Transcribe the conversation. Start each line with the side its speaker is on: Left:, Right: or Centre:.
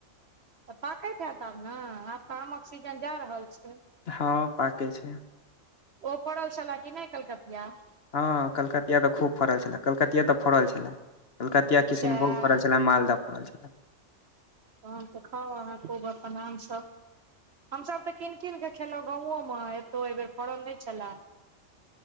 Right: तऽ पाकैत होैत आब न आब तऽ आमक सीजन जा रहल छै
Left: हँ पाकै छै
Right: ओ पड़ल छलए कि नहि कलकतिया
Left: हँ कलकतिया तऽ खूब फड़ल छलए कलकतिये तऽ फड़ल छलए कलकत कियै किशनभोग
Right: सएह
Left: फड़ल छलै मालदाह फड़ल छलै
Right: तहन तऽ खाउ अहाँ खूब अपन आाम सभ हम सभ तऽ कीनि कीन कऽ खेलहुँ गाओ म एतहुँ एहिबेर फड़ल नहि छलए